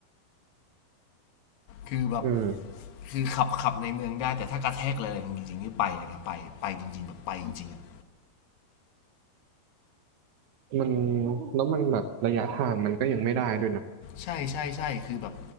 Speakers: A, on the left (about 85°); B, on the right (about 80°).
A: คือแบบ
B: เออ
A: คือขับขับในเมืองได้แต่ถ้ากระแทกอะไรจริงๆนี่ไปเลยนะไปไปจริงๆแบบไปจริงๆอ่ะ
B: มันแล้วมันแบบระยะทางมันก็ยังไม่ได้ด้วยนะ
A: ใช่ใช่ใช่คือแบบ